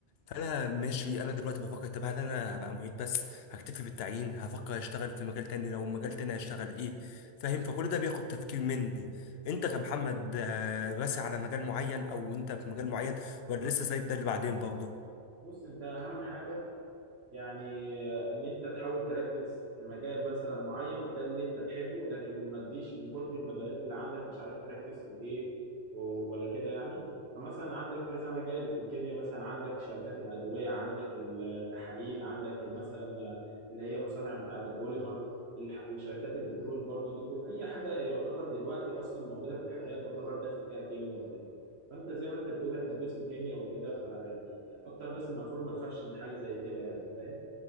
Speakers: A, on the left; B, on the right.
A: فانا ماشي انا دلوقتي بفكر طب هل انا بقى معيد بس هكتفي بالتعيين هفكر اشتغل في مجال تاني لو مجال تاني هشتغل ايه فاهم فكل ده بياخد تفكير مني انت كمحمد آه، راسي على مجال معين او انت في مجال معين ولا لسه سايب ده اللي بعدين برضه
B: بص أنت أهم حاجة يعني آه، ان انت تحاول تركز في مجال مثلا معين ده اللي انت تحبه لكن ما تجيش من كتر المجالات اللي عندك مش عارف تركز في ايه و- ولا كده يعني فمثلا عندك كذا مجال في الكيمياء مثلا عندك شركات الأدوية عندك التحاليل عندك مثلا اللي هي مصانع بتاعة البوليمر الح- وشركات البترول برضو دي كل اي حاجة يعتبر دلوقتي اصلا موجودة في الحياة تعتبر داخل فيها كيمياء وكده فانت زي ما انت بتقول احنا قسم كيمياء وكده فيعني اكتر ناس المفروض ما نخافش من حاجه زي كده يعني فاهم